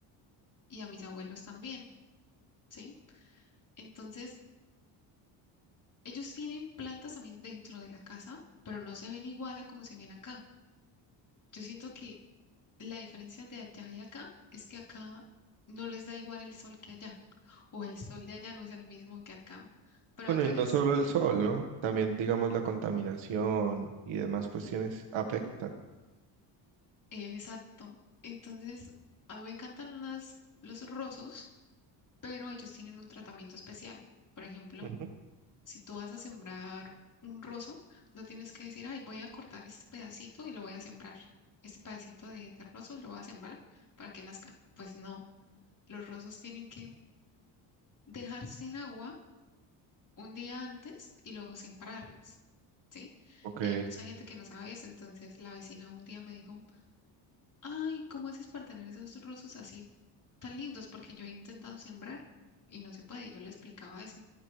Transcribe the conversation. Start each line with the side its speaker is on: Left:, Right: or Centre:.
Left: y a mis abuelos también, ¿sí? Entonces, ellos tienen plantas también dentro de la casa, pero no se ven igual a como se ven acá. Yo siento que la diferencia de allá y acá es que acá no les da igual el sol que allá, o el sol de allá no es el mismo que acá, pero
Right: Bueno,
Left: acá
Right: y
Left: ellos...
Right: no solo el sol, ¿no? También, digamos, la contaminación y demás cuestiones afectan.
Left: Eh, Exacto. Entonces, a mí me encantan las, los rosos, pero ellos tienen un tratamiento especial. Por ejemplo,
Right: Ujú.
Left: si tú vas a sembrar un roso, no tienes que decir, ay, voy a cortar este pedacito y lo voy a sembrar. Este pedacito de, de roso lo voy a sembrar para que nazca. Pues no, los rosos tienen que dejarse en agua un día antes y luego sembrarlos. ¿Sí?
Right: Ok,
Left: Y hay mucha gente que no sabe eso. Entonces, la vecina un día me dijo, Ay, ¿cómo haces para tener esos rosas así tan lindos? Porque yo he intentado sembrar y no se puede. Y yo le explicaba eso.